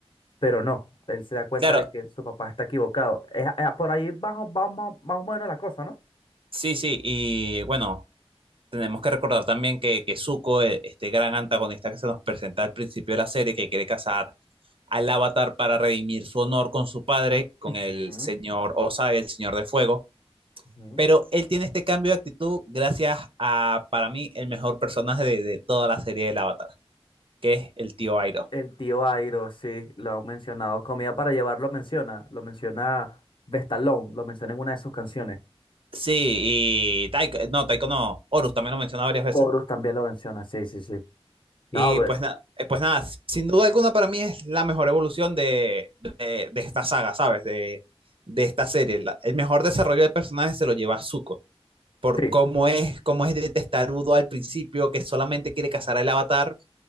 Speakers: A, on the left; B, on the right.
A: pero no, él se da cuenta
B: Claro,
A: de que su papá está equivocado. Es, es por ahí vamos, vamos, vamos, más o menos la cosa, ¿no?
B: Sí, sí, y bueno, tenemos que recordar también que, que Zuko, e- este gran antagonista que se nos presenta al principio de la serie, que quiere casar al Avatar para redimir su honor con su padre, con
A: Ujú,
B: el señor Osai, el señor de fuego,
A: ujú.
B: pero él tiene este cambio de actitud gracias a, para mí, el mejor personaje de, de toda la serie del Avatar, que es el tío Airo.
A: El tío Airo, sí, lo han mencionado. Comida para llevar lo menciona, lo menciona Vestalón, lo menciona en una de sus canciones.
B: Sí, y Taiko, no, Taiko no, Horus también lo menciona varias veces.
A: Horus también lo menciona, sí, sí, sí. No,
B: Y
A: a ver,
B: pues, na- eh, pues nada, sin duda alguna para mí es la mejor evolución de, de- de esta saga, ¿sabes? De, de esta serie. La- el mejor desarrollo de personajes se lo lleva Zuko, por
A: sí.
B: cómo es, cómo es de testarudo al principio, que solamente quiere cazar al avatar